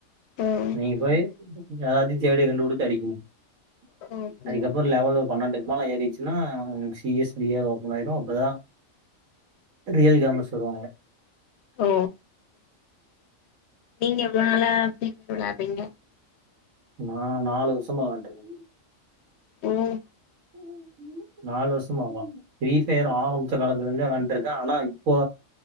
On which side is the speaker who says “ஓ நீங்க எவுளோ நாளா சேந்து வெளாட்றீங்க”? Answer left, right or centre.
Left